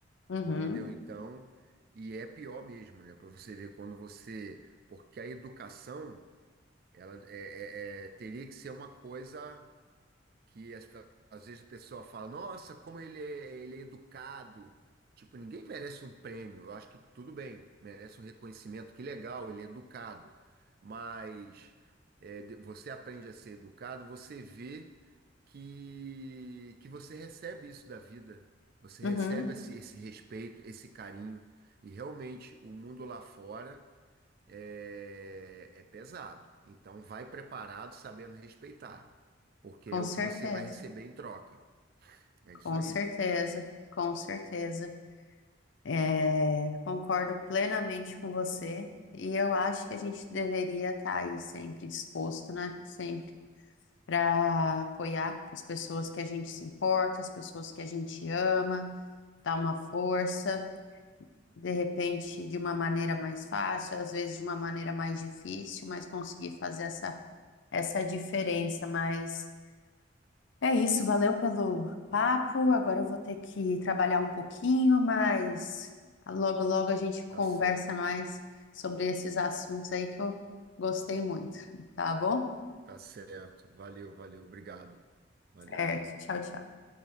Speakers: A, on the left; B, on the right.
A: Uhum,
B: entendeu? Então, e é pior mesmo, né? Para você ver quando você, porque a educação ela é- é- é- teria que ser uma coisa que as- às vezes a pessoa fala, nossa, como ele é, ele é educado. Tipo, ninguém merece um prêmio. Eu acho que tudo bem, merece um reconhecimento, que legal, ele é educado. Mas é, de- você aprende a ser educado, você vê que, que você recebe isso da vida. Você
A: uhum,
B: recebe esse, esse respeito, esse carinho. E realmente, o mundo lá fora é, é pesado. Então, vai preparado, sabendo respeitar, porque
A: com
B: é o
A: certeza,
B: que você vai receber em troca. É isso
A: com
B: aí.
A: certeza, com certeza. É, concordo plenamente com você. E eu acho que a gente deveria estar aí sempre disposto, né? Sempre. para apoiar as pessoas que a gente se importa, as pessoas que a gente ama, dar uma força, de repente de uma maneira mais fácil, às vezes de uma maneira mais difícil, mas conseguir fazer essa, essa diferença. Mas é isso, valeu pelo papo. Agora eu vou ter que trabalhar um pouquinho, mas logo, logo a gente conversa
B: Tá certo,
A: mais sobre esses assuntos aí que eu gostei muito, tá bom?
B: tá certo. Valeu, valeu, obrigado. Valeu.
A: Certo, tchau, tchau.